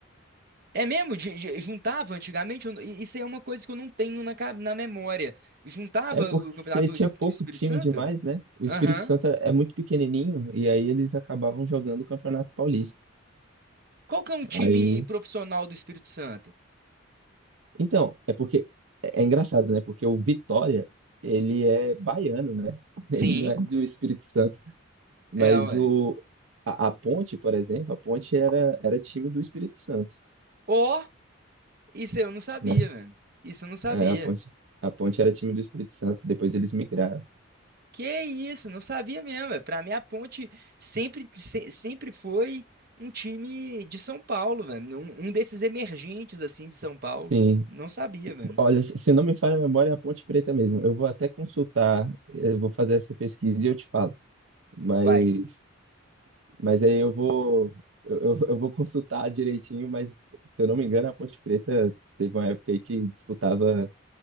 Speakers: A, on the right (about 50°); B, on the right (about 65°).
A: É mesmo? De- de- juntava antigamente? Eu não- i- isso aí é uma coisa que eu não tenho na, ca- na memória. Juntava
B: É porque
A: o campeonato
B: tinha
A: es-
B: pouco
A: do Espírito
B: time
A: Santo?
B: demais, né? O
A: Aham.
B: Espírito Santo é é muito pequenininho e aí eles acabavam jogando o Campeonato Paulista.
A: Qual que é um time
B: Aí,
A: profissional do Espírito Santo?
B: então, é porque é, é engraçado, né? Porque o Vitória, ele é baiano, né? <laughs>
A: Sim,
B: Ele não é do Espírito Santo. Mas
A: é, ué.
B: o, a, a Ponte, por exemplo, a Ponte era, era time do Espírito Santo,
A: Ó, isso eu não sabia,
B: né?
A: mano. Isso eu não sabia.
B: É, a Ponte, a Ponte era time do Espírito Santo, depois eles migraram.
A: Que isso, não sabia mesmo. ué. Pra mim, a Ponte sempre, se- sempre foi um time de São Paulo, velho. Um, um desses emergentes, assim, de São Paulo.
B: Sim,
A: Não sabia, velho.
B: olha, se se não me falha a memória, é a Ponte Preta mesmo. Eu vou até consultar, eu vou fazer essa pesquisa e eu te falo. Mas,
A: Uai.
B: mas aí eu vou, eu, eu eu vou consultar direitinho, mas se eu não me engano, a Ponte Preta teve uma época aí que disputava,